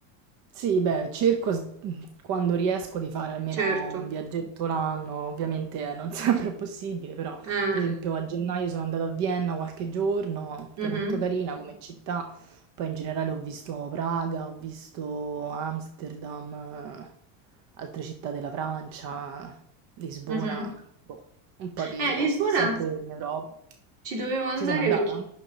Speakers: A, on the right; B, on the right.
A: Sì, beh, cerco s- quando riesco di fare almeno
B: Certo.
A: un viaggetto l'anno, ovviamente eh, non <laughs> sempre è possibile, però
B: Eh,
A: per esempio a gennaio sono andata a Vienna qualche giorno,
B: mhm,
A: che è molto carina come città, poi in generale ho visto Praga, ho visto Amsterdam, eh, altre città della Francia, Lisbona,
B: mhm.
A: boh, un po' di
B: Eh,
A: posti,
B: Lisbona
A: sempre in Europa.
B: ci dovevo andare
A: Ci sei mai andata?
B: perché...